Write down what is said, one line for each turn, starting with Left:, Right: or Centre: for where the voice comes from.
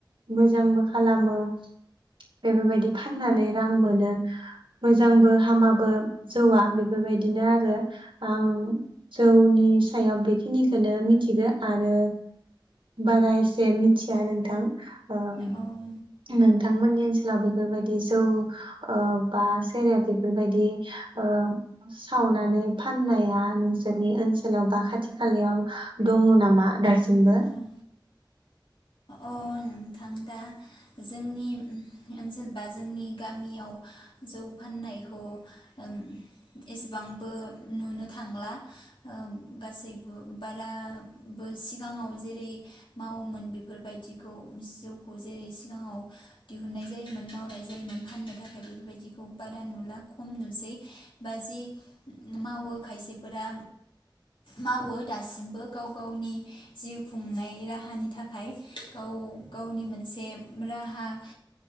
Right: मोजांबो खालामो <inaudible> बेफोरबायदि फाननानै रां मोनो मोजांबो हामाबो जौवा बेफोरबायदिनो आरो जे आं जौनि सायाव बेखिनिखौनो मिथिगौ आरो बारा एसे मिथिया नोंथां ओम
Left: औ
Right: नोंथांमोननि ओनसोलाव बेफोरबायदि जौ ओ बा सेरेब बेफोरबायदि ओ सावनानै फाननाया नोंसोरनि ओनसोलाव बा खाथि खालायाव दङ नामा दासि सिमबो
Left: नंगौ औ अ नोंथां दा जोंनि ओनसोल बा जोंनि गामियाव जौ फाननायखौ उम एसेबांबो नुनो थांला ओ गासैबो बाराबो सि सिगाङाव जेरै मावोमोन बेफोरबायदिखौ जौखौ जेरै सिगाङाव दिहुननाय जायोमोन मावनाय जायोमोन फाननो थाखाय बेफोरबायदिखौ बारा नुला खम नुसै बा जि मावो खायसेफोरा मावो दासिमबो गाव गावनि गावनि जिउ खुंनाय राहानि थाखाय ओ गावनि मोनसे रा हा